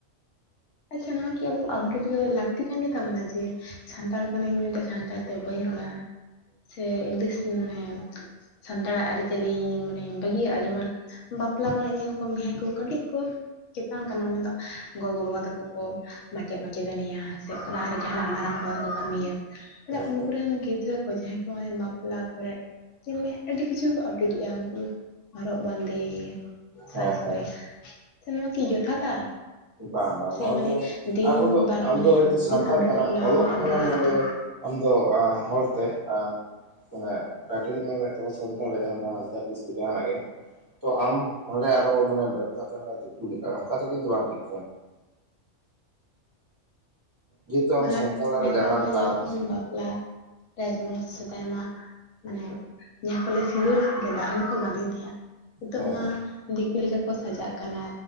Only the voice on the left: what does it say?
ᱟᱪᱪᱷᱟ ᱱᱚᱣᱟᱠᱤ ᱟᱵᱚ ᱟᱯᱰᱮᱴ ᱜᱮ ᱞᱟᱹᱠᱛᱤ ᱠᱟᱱ ᱜᱮᱛᱟᱵᱚᱱᱟ ᱡᱮ ᱥᱟᱱᱛᱟᱲ ᱠᱟᱱᱟᱹᱧ ᱢᱮᱱᱛᱮ ᱥᱟᱱᱛᱟᱲ ᱛᱮ ᱵᱟᱹᱧ ᱨᱚᱲᱟ ᱥᱮ ᱤᱝᱞᱤᱥ ᱢᱟᱱᱮ ᱥᱟᱱᱛᱟᱲᱟᱜ ᱟᱹᱨᱤᱪᱟᱹᱞᱤ ᱢᱟᱱᱮ ᱵᱷᱟᱹᱜᱤᱭᱟᱜᱼᱟ ᱡᱮᱢᱚᱱ ᱵᱟᱯᱞᱟ ᱠᱚᱨᱮ ᱧᱮᱞ ᱠᱚᱢ ᱜᱮᱸ ᱠᱚ ᱠᱟᱹᱴᱤᱡ ᱠᱚ ᱪᱮᱛᱟᱱ ᱠᱟᱱᱟ ᱢᱮᱱᱫᱚ ᱜᱚᱜᱚ ᱵᱟᱵᱟ ᱛᱟᱼ ᱼᱠᱚ ᱠᱚ ᱢᱟᱪᱮᱫ ᱢᱟᱪᱮᱛᱟᱱᱤᱭᱟ ᱥᱮ ᱚᱱᱠᱟᱱᱟᱜ ᱟᱨᱚ ᱡᱟᱦᱟᱱᱟᱜ ᱢᱟᱨᱟᱝ ᱯᱚᱛ ᱠᱚ ᱠᱟᱹᱢᱤᱭᱟ
ᱩᱱᱠᱩ
ᱨᱮᱱ ᱜᱤᱫᱽᱨᱟᱹ ᱠᱚ ᱡᱟᱦᱟᱸᱭ ᱠᱚ ᱵᱟᱯᱞᱟ ᱠᱚᱨᱮ <unintelligible> ᱢᱮ ᱟᱹᱰᱤ ᱠᱤᱪᱷᱩ ᱠᱚ ᱟᱯᱰᱮᱴ ᱮᱼᱟ ᱩᱱᱠᱩ ᱦᱚᱨᱚᱜ ᱵᱟᱸᱫᱮ
ᱥᱟᱡᱽ
ᱠᱚᱨᱮ ᱛᱚ ᱱᱚᱣᱟ ᱠᱤ ᱡᱚᱛᱷᱟᱛᱟ
ᱥᱮ
ᱢᱟᱱᱮ
ᱫᱤᱱ
ᱵᱟᱨ
ᱢᱟᱱᱮ
ᱫᱤᱱ ᱟᱯᱰᱮᱴᱚᱜ
ᱠᱟᱱᱟ
ᱚᱱᱟ ᱦᱚᱸ ᱟᱯᱰᱮᱴ
ᱞᱟᱹᱠᱛᱤ
ᱵᱟᱝᱜᱼᱟ
ᱱᱮᱛᱟᱨ
ᱫᱚ
ᱧᱮᱞ ᱠᱚ ᱵᱟᱯᱞᱟ ᱨᱮ ᱡᱮᱢᱚᱱ ᱥᱮᱫᱟᱭ ᱢᱟ ᱢᱟᱱᱮ ᱡᱟᱦᱟᱸ ᱠᱚᱞᱮ ᱥᱤᱸᱜᱩᱨ ᱜᱮᱫᱟ ᱚᱱᱟ ᱠᱚ ᱵᱟᱸᱫᱮᱱ ᱛᱟᱦᱮᱸᱜᱼᱟ ᱱᱤᱛᱚᱜ
ᱢᱟ
ᱫᱤᱠᱩ ᱞᱮᱠᱟ ᱠᱚ ᱥᱟᱡᱟᱜ ᱠᱟᱱᱟ